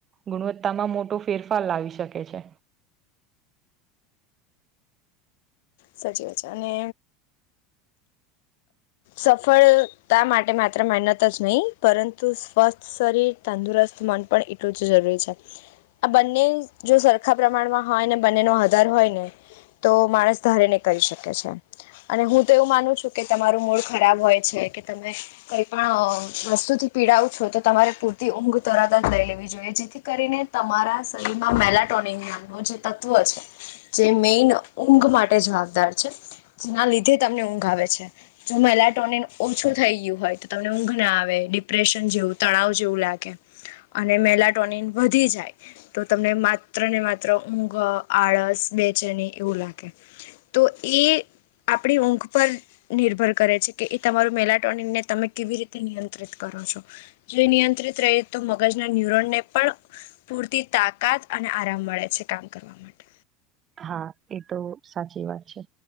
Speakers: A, on the right (about 30°); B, on the left (about 75°).
A: ગુણવત્તા માં મોટો ફેરફાર લાવી શકે છે
B: સાચી વાત છે અને સફળતા માટે માત્ર મહેનત જ નહીં પરંતુ સ્વસ્થ શરીર તંદુરસ્ત મન પણ એટલું જ જરૂરી છે આ બંને જો સરખા પ્રમાણમાં હોય ને બંનેનો આધાર હોય ને તો માણસ ધારીને કરી શકે છે અને હું તો એવું માનું છું કે તમારું મૂળ ખરાબ હોય છે કે તમે કઈ પણ વસ્તુથી પીડાવું છો તો તમારે પૂરતી ઊંઘ તરત જ લઈ લેવી જોઈએ જેથી કરીને તમારા શરીરમાં મેલાટોન નામ ન જે તત્વ છે જે મેન ઊંઘ માટે જવાબદાર છે જેના લીધે તમને ઊંઘ આવે છે જો મહિલા ટોની ઓછું થઈ ગયું હોય તો તમને ઊંઘ ના આવે ડિપ્રેશન જેવું તળાવ જેવું લાગે અને મેલાટોનિન વધી જાય તો તમને માત્ર ને માત્ર ઊંઘ આળસ બેચેની એવું લાગે તો એ આપણી ઊંઘ પર નિર્ભર કરે છે કે એ તમારું મેલાટોનિંગને તમે કેવી રીતે નિયંત્રિત કરો છો જો નિયંત્રિત રહી તો મગજના ન્યુરોનને પણ પૂરતી તાકાત અને આરામ મળે છે કામ કરવા માટે
A: હા એ તો સાચી વાત છે